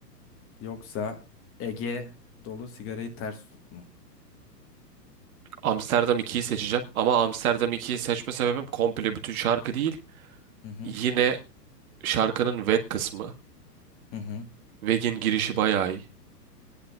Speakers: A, on the left; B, on the right.
A: Yoksa Ege dolu sigarayı ters tut mu?
B: Amsterdam ikiyi seçeceğim. Ama Amsterdam ikiyi seçme sebebim komple bütün şarkı değil.
A: Hı hı,
B: Yine şarkının Weg kısmı.
A: hı hı.
B: Weg'in girişi bayağı iyi.